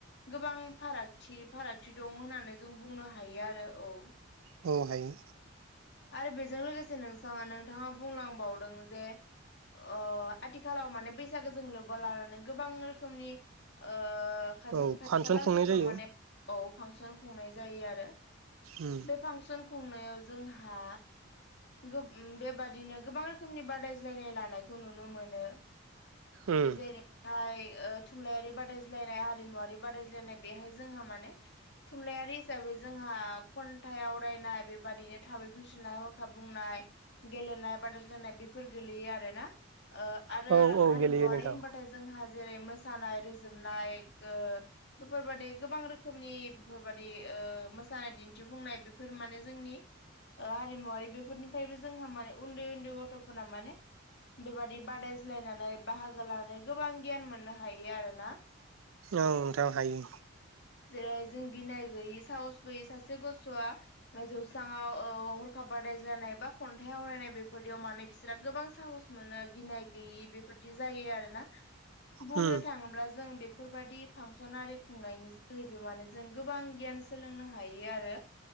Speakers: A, on the left; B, on the right.
A: गोबां फाराग थि फारागथि दं होननानै जों बुंनो हायो आरो औ
B: औ हायो।
A: आरो बेजों लोगोसे नों नोंथाङा बुंलांबावदों जे ओ आथिखालाव माने बैसागो जों लोब्बा लानानै गोबां रोखोमनि ओ
B: औ
A: जोंनि खाथि
B: फांसन
A: खाला
B: खुंनाय
A: ओनसोलफोराव
B: जायो
A: माने औ फांसन खुंनाय जायो आरो
B: उम
A: बे फांसन खुंनायाव जोंहा गो बेबादिनो गोबां रोखोमनि बादायज्लायनाय लानायखौ नुनो मोनो।
B: उम
A: जेरैहाय ओ थुनलाइारि बादाय्लायनाय हारिमुवारि बादायज्लायनाय बेहाय जोंहा माने थुनलाइयारि हिसाबै जोंहा खन्थाइ आवरायनाय बेबादिनो थाबै <unintelligible> खाब बुंनाय गेलेनाय बादायज्लायनाय बेफोर गोलैयो आरो ना। ओ आरो
B: औ औ
A: हारिमुवारि
B: गेलेयो नोंथां
A: होनबाथाय जोंहा जेरै मोसानाय रोजोबनाय ओ बेफोरबादि गोबां रोखोमनि बेफोरबादि ओ मोसानाय दिन्थिफुंनाय बेफोर माने जोंनि हारिमुवारि बेफोरनिफ्रायबो जोंहा माने उन्दै उन्दै गथ'फोरा माने बेबादि बादायज्लायनानै बाहागो लानानै गोबां गियान मोननो हायो आरोना।
B: औ नोंथां हायो।
A: जेरै जों गिनाय गैयि साहसबोयै सासे गथ'वआ जौस्रांवाव ओ हरखाब बादायज्लायनाय बा खन्थाइ आवरायनाय बेफोरदियाव माने बिसोरो गोबां साहस मोनो गिनाय गैयि बेफोरदि जायो आरोना बुंनो
B: उम
A: थाङोब्ला जों बेफोरबायदि फांसननि खुंनायनि बैबो माने जों गोबां गियान सोलोंनो हायो आरो